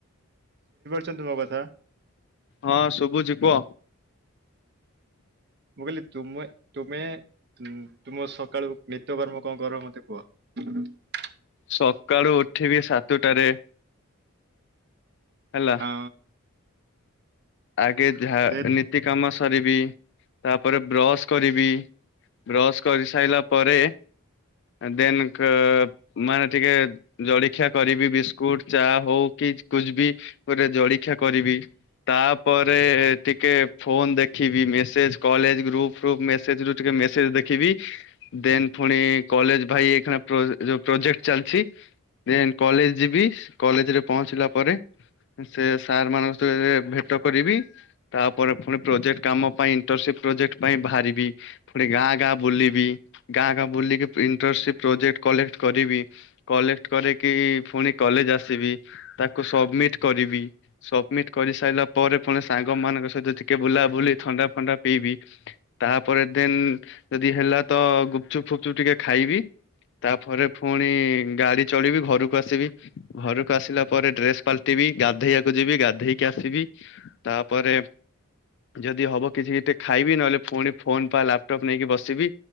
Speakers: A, on the right (about 50°); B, on the left (about 55°).
A: ଛନ୍ତି ମୋ କଥା।
B: ହଁ ଶୁଭୁଚି କୁହ।
A: ମୁଁ କହିଲି ତୁମେ ତୁମ ସକାଳୁ ନିତ୍ୟକର୍ମ କଣ କର ମତେ କୁହ।
B: ସକାଳୁ ଉଠିବି ସାତଟାରେ। ହେଲା
A: ହଁ।
B: ଆଗେ ଯାହା
A: ଦେନ୍
B: ନୀତି କାମ ସରିବି। ତାପରେ ବ୍ରଶ୍ କରିବି, ବ୍ରଶ୍ କରି ସାଇଲା ପରେ ଦେନ କ-ମାନେ ଟିକେ ଜଳଖିଆ କରିବି ବିସ୍କୁଟ ଚା ହଉ କି କୁଛବି ଗୋଟେ ଜଳଖିଆ କରିବି, ତା ପରେ ଟିକେ ଫୋନ୍ ଦେଖିବି ମେସେଜ୍ କଲେଜ୍ ଗ୍ରୁପ୍ ଫ୍ରୁପ ମେସେଜ୍ ରୁ ଟିକେ ମେସେଜ୍ ଦେଖିବି। ଦେନ୍ ପୁଣି କଲେଜ୍ ଭାଇ ଏଖିଣା ପ୍ର ଯୋଉ ପ୍ରୋଜେକ୍ଟ ଚାଲିଛି, ଦେନ୍ କଲେଜ୍ ଯିବି କଲେଜ୍ ରେ ପହଞ୍ଚିଲା ପରେ ସେ ସାର୍ ମାନଙ୍କ ସଙ୍ଗରେ ଭେ ତ କରିବି ତାପରେ ଫୁଣି ପ୍ରୋଜେକ୍ଟ କାମ ପାଇଁ ଇଣ୍ଟରସି ପ୍ରୋଜେକ୍ଟ ପାଇଁ ବାହାରିବି, ପୁଣି ଗାଁ ଗାଁ ବୁଲିବି ଗାଁ ଗାଁ ବୁଲିକି ଇଣ୍ଟସି ପ୍ରୋଜେକ୍ଟ କଲେକ୍ଟ କରିବି। କଲେକ୍ଟ କରିକି ଫୁଣି କଲେଜ୍ ଆସିବି, ତାକୁ ସବମିଟ୍ କରିବି ସବମିଟ୍ କରିସାଇଲା ପରେ ପୁଣି ସାଙ୍ଗମାନଙ୍କ ସହିତ ଟିକେ ବୁଲାବୁଲି ଥଣ୍ଡା ଫଣ୍ଡା ପିଇବି, ତାପରେ ଦେନ୍ ଯଦି ହେଲା ତ ଗୁପଚୁପ ଫୁପଚୁପ ଟିକେ ଖାଇବି, ତାପରେ ପୁଣି ଗାଡ଼ି ଚଢିବି ଘରକୁ ଆସିବି, ଘରକୁ ଆସିଲା ପରେ ଡ୍ରେସ୍ ପାଲଟିବି ଗାଧେଇବାକୁ ଯିବି ଗାଧେଇକି ଆସିବି। ତାପରେ ଯଦି ହବ କିଛି ଟିକେ ଖାଇବି, ନହେଲେ ପୁଣି ଫୋନ୍ ବା ଲାପଟପ୍ ନେଇକି ବସିବି